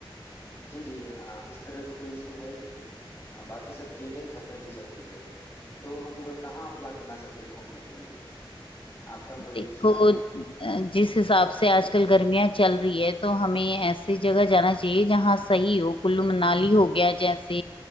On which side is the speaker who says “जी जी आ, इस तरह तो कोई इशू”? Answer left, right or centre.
Left